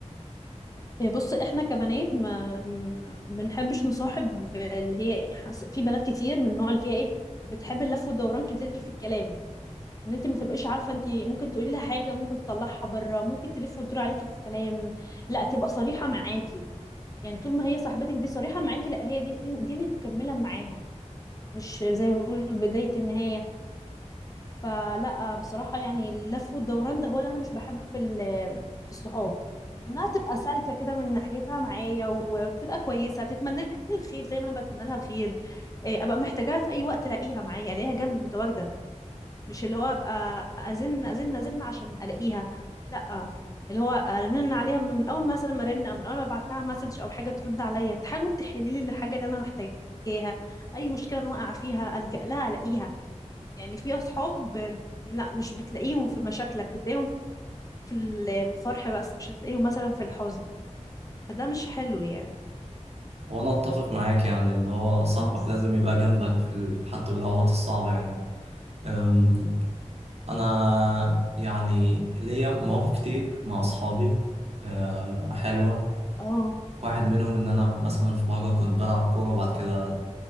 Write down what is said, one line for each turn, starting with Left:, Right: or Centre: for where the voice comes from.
Left: إيه بص احنا كبنات ما ما بنحبش نصاحب اللي هي إيه، حس- في بنات كتير من النوع اللي فيها ايه بتحب اللف والدوران كتير في الكلام ان انت ما تبقيش عارفه انت ممكن تقولي لها حاجه ممكن تطلعها بره ممكن تلف وتدور عليكي في كلام لا تبقى صريحه معاكي يعني طول ما هي صاحبتك دي صريحه معاكي لا هي دي دي اللي مكمله معاها مش زي ما بنقول بدايه النهايه فلا بصراحة يعني اللف والدوران ده هو اللي أنا مش بحبه في ال- في الصحاب وإنها تبقى سالكة كده من ناحيتها معايا و- وتبقى كويسة تتمنى لي الخير زي ما أنا بتمنى لها الخير إيه، أبقى محتاجاها في أي وقت ألاقيها معايا ألاقيها جنبي متواجدة مش اللي هو أبقى أزن أزن أزن عشان ألاقيها لا اللي هو ارن عليها من اول مثلا ما ارن او من اول ما ابعت لها مسج او حاجه ترد عليا تحاول تحل لي الحاجه اللي انا محتاجاها اي مشكله انا واقعه فيها الجا لها الاقيها يعني في أصحاب لا مش بتلاقيهم في مشاكلك بتلاقيهم في ال- الفرح بس مش هتلاقيهم مثلا في الحزن فده مش حلو يعني
Right: وانا اتفق معاك يعني اللي هو صاحبك
Left: بس
Right: لازم يبقى جنبك في ال- حتى في الاوقات الصعبه يعني أم، انا يعني ليا مواقف كتير مع اصحابي أه، حلوه
Left: اه
Right: واحد منهم ان انا مثلا في مره كنت بلعب كوره وبعد كده